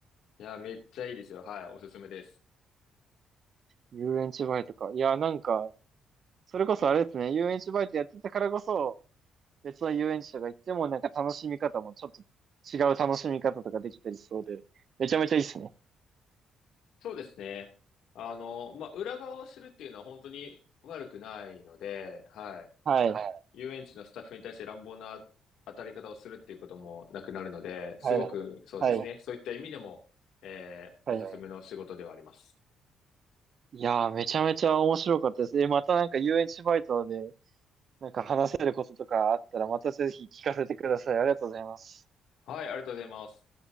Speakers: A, on the left (about 70°); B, on the right (about 45°).
A: いや、めっちゃいいですよ。はい、おすすめです。
B: 遊園地バイトか。いやーなんか、それこそあれですね、遊園地バイトやってたからこそ、別の遊園地とか行ってもなんか楽しみ方もちょっと違う楽しみ方とかできたりしそうで、めちゃめちゃいいっすね。
A: そうですね。あの、まあ、裏側を知るっていうのは本当に悪くないので、はい。
B: はい。
A: 遊園地のスタッフに対して乱暴な当たり方をするっていうこともなくなるので、すごくそうですね。
B: い。。ど。はい。
A: そういった意味でも、えー、
B: はい。
A: おすすめの仕事ではあります。
B: いやー、めちゃめちゃ面白かったです。え、またなんか遊園地バイトでなんか話せることとかあったらまたぜひ聞かせてください。ありがとうございます。
A: はい、ありがとうございます。